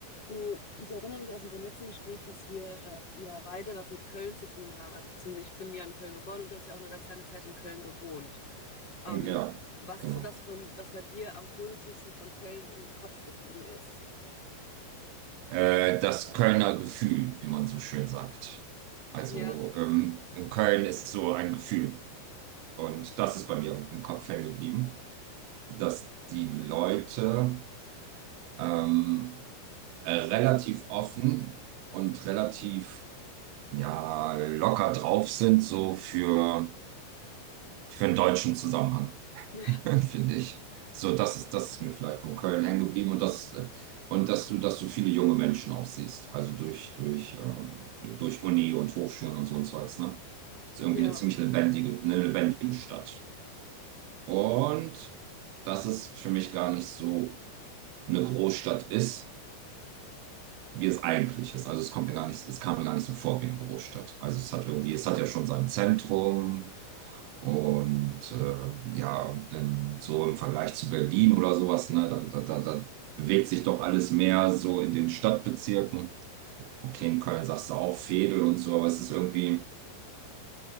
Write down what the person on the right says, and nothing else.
Ja,
genau.
Äh, das Kölner Gefühl, wie man so schön sagt. Also,
ähm, Köln ist so ein Gefühl. Und das ist bei mir im im Kopf hängen geblieben, dass die Leute ähm, äh, relativ offen und relativ ja, locker drauf sind, so für, für einen deutschen Zusammenhang.
<laughs> finde ich. So, das ist, das ist mir vielleicht von Köln hängen geblieben und das, äh, und dass du, dass du viele junge Menschen auch siehst. Also durch, durch, ähm, durch Uni und Hochschulen und so ein Zeugs, ne? Ist irgendwie
eine ziemlich lebendige, eine lebendige Stadt. Und dass es für mich gar nicht so eine Großstadt ist wie es eigentlich ist. Also es kommt mir gar nicht, es kam mir gar nicht so vor wie eine Großstadt. Also es hat irgendwie, es hat ja schon sein Zentrum und äh, ja, ähm, so im Vergleich zu Berlin oder sowas, ne, da, da, da, da bewegt sich doch alles mehr so in den Stadtbezirken. Okay, in Köln sagst du auch Veedel und so, aber es ist irgendwie,